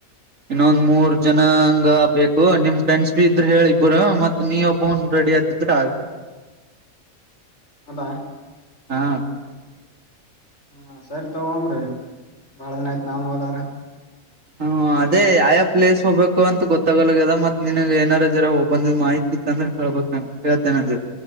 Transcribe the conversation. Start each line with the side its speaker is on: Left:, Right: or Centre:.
Right: ಇನ್ನೊಂದ್ ಮೂರ್ ಜನಾ ಹಂಗ ಬೇಕು ನಿಮ್ ಫ್ರೆಂಡ್ಸ್ ಬಿ ಇದ್ರ ಹೇಳಿ ಇಬ್ರು ಮತ್ ನೀ ಒಬ್ಬನ್ ರೆಡಿ ಆತಿದ್ರ ಆಯ್ತು.
Left: ಹದಾ
Right: ಹಾ
Left: ಹಾ ಸರಿ ತಾ ಒಮ್ರೀ. ಬಾಳದಿನ ಆಯ್ತು ನಾವುನ್ ಹೊಲಾರ.
Right: ಹ್ಮ ಅದೇ ಆಯಾ ಪ್ಲೇಸ್ ಹೋಗ್ಬೇಕ್ ಕು ಅಂತ ಗೊತ್ತಾಗಲಕದ ಮತ್ತ್ ನಿನಗ್ ಏನಾರ ಜರ ಹೋಗ ಬಂದಿದ್ ಮಾಹಿತಿ ಇತ್ತ ಅಂದೆೇಳ್ಬೇಕ ಹೇಳ್ತೇನೆ ಅಂದ